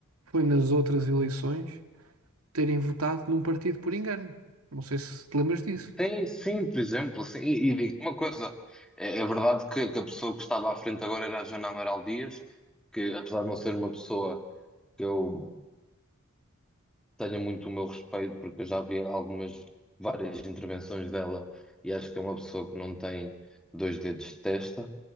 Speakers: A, on the right; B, in the centre.
A: foi nas outras eleições terem votado num partido por engano. Não sei se te lembras disso.
B: Tem, sim, por exemplo, sim. E, e digo-te uma coisa, é, é verdade que, que a pessoa que estava à frente agora era a Joana Amaral Dias, que apesar de não ser uma pessoa que eu tenha muito o meu respeito, porque eu já vi algumas, várias intervenções dela e acho que é uma pessoa que não tem dois dedos de testa,